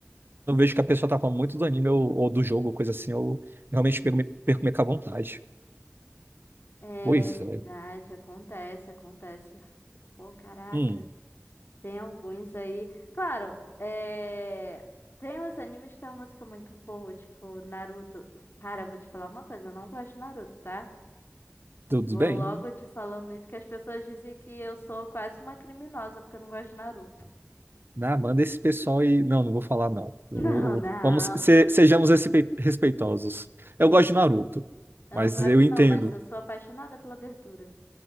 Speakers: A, on the right; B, on the left.
A: eu vejo que a pessoa tá falando muito do anime ou, ou do jogo, ou coisa assim, eu realmente perco, perco meio que a vontade.
B: É
A: Pois
B: verdade,
A: é.
B: acontece, acontece. Pô, caraca.
A: Hum,
B: Tem alguns aí. Claro, é... tem uns animes que tem uma música muito boa, tipo Naruto. Cara, eu vou te falar uma coisa, eu não gosto de Naruto, tá?
A: tudo
B: Vou
A: bem?
B: logo te falando isso, que as pessoas dizem que eu sou quase uma criminosa porque eu não gosto de Naruto. <laughs>
A: Ah, manda esse pessoal e. Não, não vou falar, não. Eu-
B: Não, não.
A: eu- Vamos, se- sejamos respe- respeitosos. Eu
B: E
A: gosto de Naruto,
B: eu
A: mas
B: não gosto
A: eu entendo.
B: não, mas eu sou apaixonada pela abertura.